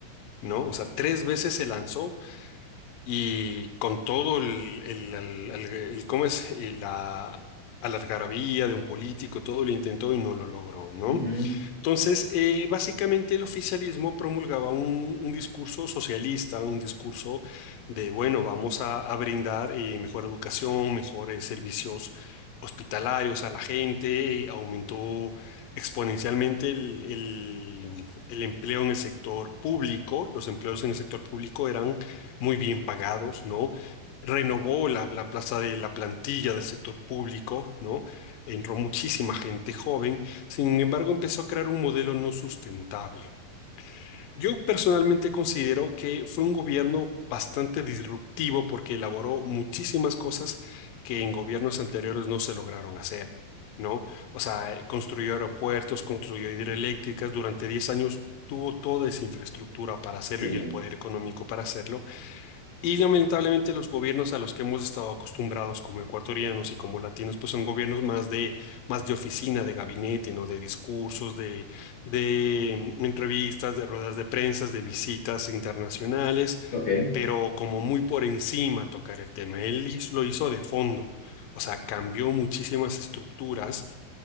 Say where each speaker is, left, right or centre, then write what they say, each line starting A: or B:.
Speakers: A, on the left; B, on the left.
A: ¿No? O sea, tres veces se lanzó y con todo el, el, el- el- el- ¿cómo es? El, la algarabía de un político, todo lo intentó y no lo logró, ¿no?
B: Ujú, ujú,
A: Entonces, eh, básicamente el oficialismo promulgaba un, un discurso socialista, un discurso de, bueno, vamos a, a brindar eh, mejor educación, mejores servicios hospitalarios a la gente, eh, aumentó exponencialmente el, el el empleo en el sector público, los empleos en el sector público eran muy bien pagados, ¿no? renovó la, la plaza de la plantilla del sector público, ¿no? Entró muchísima gente joven sin embargo, empezó a crear un modelo no sustentable. Yo personalmente considero que fue un gobierno bastante disruptivo porque elaboró muchísimas cosas que en gobiernos anteriores no se lograron hacer, ¿no? O sea, construyó aeropuertos, construyó hidroeléctricas, durante 10 años tuvo toda esa infraestructura para hacerlo
B: Sí,
A: y el poder económico para hacerlo, y lamentablemente los gobiernos a los que hemos estado acostumbrados como ecuatorianos y como latinos, pues son gobiernos más de, más de oficina, de gabinete, ¿no? De discursos, de, de mm, entrevistas, de ruedas de prensa, de visitas internacionales,
B: ok.
A: pero como muy por encima tocar el tema. Él hiz- lo hizo de fondo. O sea, cambió muchísimas estructuras